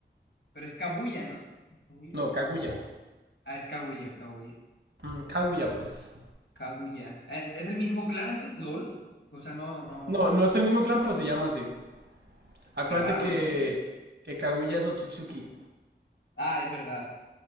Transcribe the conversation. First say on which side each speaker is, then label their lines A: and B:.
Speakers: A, on the left (about 75°); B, on the right (about 70°).
A: Pero es Kabuya, ¿no? ¿Kaguya?
B: No, Kaguya.
A: Ah, es Kaguya, Kaguya.
B: Mm, Kaguya, pues.
A: Kaguya. Eh, ¿Es el mismo Clara entonces? ¿LOL? O sea, no, no.
B: No, no es el mismo clan, pero se llama así. Acuérdate
A: Qué raro,
B: que,
A: ¿no?
B: que Kaguya es Otsutsuki.
A: Ah, es verdad.